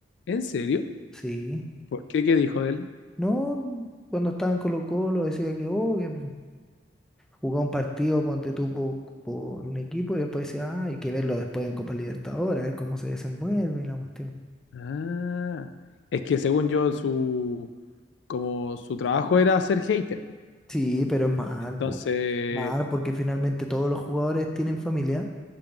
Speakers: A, on the left (about 70°); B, in the centre.
A: ¿En serio?
B: Sí.
A: ¿Por qué? ¿Qué dijo de él?
B: No, cuando estaba en Colo-Colo decía que, oh, que jugaba un partido, ponte tú po- por, un equipo y después decía, ah, hay que verlo después en Copa Libertadores, a ver cómo se desenvuelve y la cuestión.
A: Ah, es que según yo, su, como su trabajo era ser hater. po.
B: Sí, pero es mal,
A: Entonces,
B: po. Mal, porque finalmente todos los jugadores tienen familia